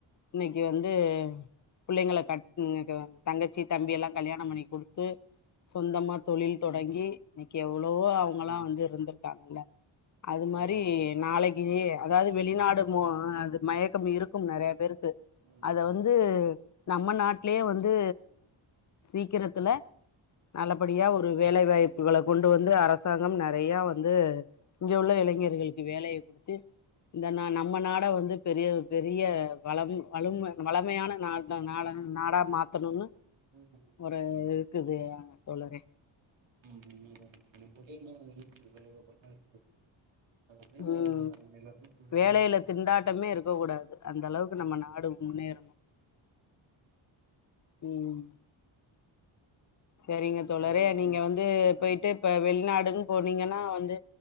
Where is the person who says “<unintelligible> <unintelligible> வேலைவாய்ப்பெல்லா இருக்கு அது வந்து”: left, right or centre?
Right